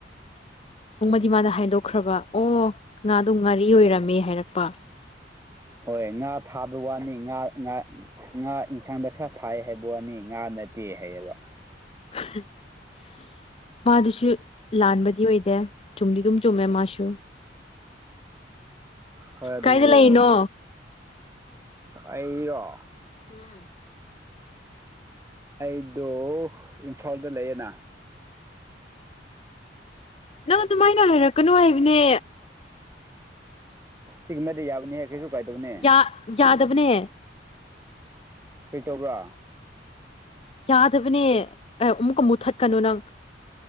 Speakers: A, on the left; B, on the right.
A: ꯏ ꯃꯥꯗ ꯍꯥꯏꯗꯣꯛꯈ꯭ꯔꯕ ꯑꯣ ꯉꯥꯗꯨ ꯉꯥꯔꯤ ꯑꯣꯏꯔꯝꯃꯦ ꯍꯥꯏꯔꯛꯄ
B: ꯍꯣꯏ ꯉꯥ ꯊꯥꯕ ꯋꯥꯅꯤ ꯉꯥ ꯉꯥ ꯉꯥ ꯌꯦꯟꯁꯥꯡꯗ ꯈꯔ ꯐꯥꯏ ꯍꯥꯏꯕ ꯋꯥꯅꯤ ꯉꯥ ꯅꯠꯇꯦ ꯍꯥꯏꯌꯦꯕ
A: <unintelligible> ꯃꯥꯗꯨꯁꯨ ꯂꯥꯟꯕꯗꯤ ꯑꯣꯏꯗꯦ ꯆꯨꯝꯗꯤ ꯑꯗꯨꯝ ꯆꯨꯝꯃꯦ ꯃꯥꯁꯨ
B: ꯍꯣꯏ ꯑꯗꯨꯕꯨ
A: ꯀꯥꯏꯗ ꯂꯩꯔꯤꯅꯣ
B: ꯑꯩꯔꯣ
A: ꯎꯝ
B: ꯑꯩꯗꯣ ꯏꯝꯐꯥꯜꯗ ꯂꯩꯌꯦꯅ
A: ꯅꯪ ꯑꯗꯨꯃꯥꯏꯅ ꯍꯥꯏꯔꯛꯀꯅꯨ ꯍꯥꯏꯕꯅꯦ
B: ꯁꯤꯒ ꯃꯃꯦꯗꯤ ꯌꯥꯕꯅꯅꯦꯦꯛ ꯀꯁꯨ ꯀꯥꯏꯗꯅꯅꯤ
A: ꯌꯥ ꯌꯥꯗꯕꯅꯦ
B: ꯀꯩꯇꯧꯕ꯭ꯔꯥ
A: ꯌꯥꯗꯕꯅꯦ ꯑꯦ ꯑꯃꯨꯛꯀ ꯃꯨꯊꯠꯀꯅꯨ ꯅꯪ